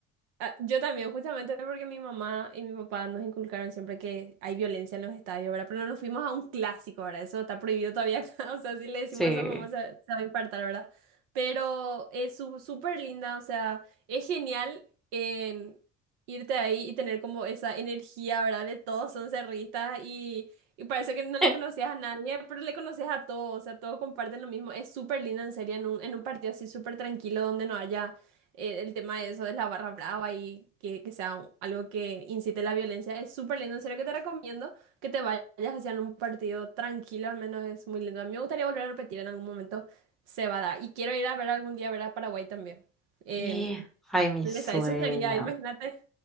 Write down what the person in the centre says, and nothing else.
Sí.
<laughs>
Y- Ay, mi
sueño.